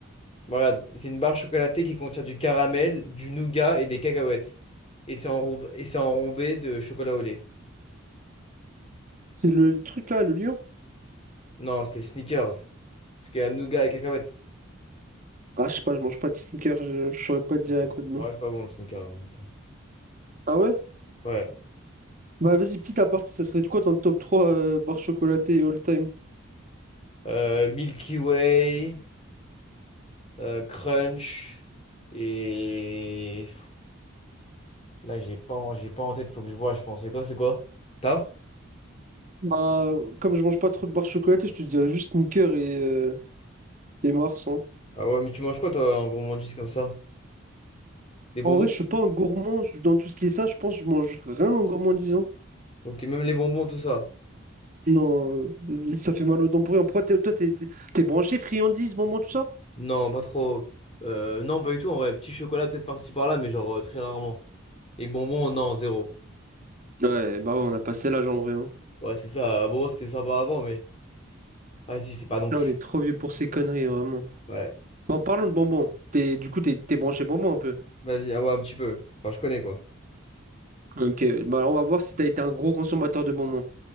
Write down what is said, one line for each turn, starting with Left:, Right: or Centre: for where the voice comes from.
Left: Voilà, c'est une barre chocolatée qui contient du caramel, du nougat et des cacahuètes. Et c'est enrob- et c'est enrobé de chocolat au lait.
Right: C'est le truc là, le lion?
Left: Non, c'était Snickers. Parce qu'il y a nougat et cacahuètes.
Right: Ah, je sais pas, je mange pas de Sneaker, je, je saurais pas te dire
Left: Ok. Ouais,
Right: à quoi de nom.
Left: c'est pas bon le Snickers en même temps.
Right: Ah ouais?
Left: Ouais.
Right: Bah vas-y, petit aparté, ça serait de quoi ton top 3 euh, barres chocolatées all time?
Left: Euh, Milky Way, euh, Crunch et... Là, j'ai pas, en- j'ai pas en tête, faut que je vois, je pense. Et toi, c'est quoi? T'as?
Right: Bah, comme je mange pas trop de barres chocolatées, je te dirais juste Snickers et, euh, et Mars. hein.
Left: Ah ouais, mais tu manges quoi, toi, en gourmandise comme ça? Des
Right: En
Left: bonbons?
Right: vrai, je suis pas un gourmand. Je- Dans tout ce qui est ça, je pense que je mange rien en gourmandisant.
Left: Ok, même les bonbons, tout ça.
Right: Non, euh, ça fait mal aux dents pour rien. Pourquoi t'es- toi, t'es t'es- t'es branché friandises, bonbons, tout ça?
Left: Non, pas trop. Euh, non, pas du tout, en vrai. Petit chocolat, peut-être par-ci par-là, mais genre euh, très rarement. Et bonbons, non, zéro.
Right: Ouais, bah ouais, on a passé l'âge en vrai. hein.
Left: Ouais, c'est ça. bon c'était sympa avant, mais. Vas-y, c'est pas non
Right: Là,
Left: plus.
Right: on est trop vieux pour ces conneries, vraiment.
Left: Ouais.
Right: Bon, parlons de bonbons. T'es, du coup, t'es t'es branché bonbons un peu.
Left: Vas-y, ah ouais, un petit peu. Enfin, je connais, quoi.
Right: Ok, bah on va voir si t'as été un gros consommateur de bonbons.